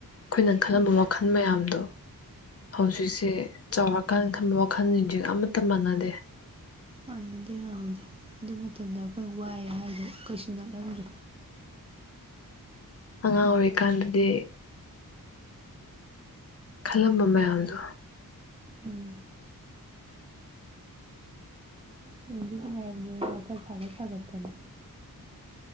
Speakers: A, on the left; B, on the right.
A: ꯈꯣꯏꯅ ꯈꯜꯂꯝꯕ ꯋꯥꯈꯜ ꯃꯌꯥꯝꯗꯣ ꯍꯧꯖꯤꯛꯁꯦ ꯆꯥꯎꯔꯀꯥꯟꯗ ꯊꯝꯕ ꯋꯥꯈꯜꯁꯤꯡꯁ ꯑꯃꯠꯇ ꯃꯥꯟꯅꯗꯦ
B: ꯃꯥꯟꯅꯗꯦ ꯃꯥꯟꯅꯗꯦ ꯑꯗꯨ ꯃꯇꯝꯗ ꯑꯩꯈꯣꯏꯅ ꯋꯥꯏ ꯍꯥꯏꯗꯣ ꯀꯩꯁꯨ ꯅꯠꯂꯝꯗ꯭ꯔꯦ
A: ꯑꯉꯥꯡ ꯑꯣꯏꯔꯤꯀꯥꯟꯗꯗꯤ ꯈꯜꯂꯝꯕ ꯃꯌꯥꯝꯗꯣ
B: ꯎꯝ ꯅꯨꯡꯗꯤ ꯅꯨꯉꯥꯏꯕꯅꯦꯍꯦ ꯋꯥꯈꯜ ꯁꯥꯒꯠ ꯁꯥꯒꯠꯇꯅ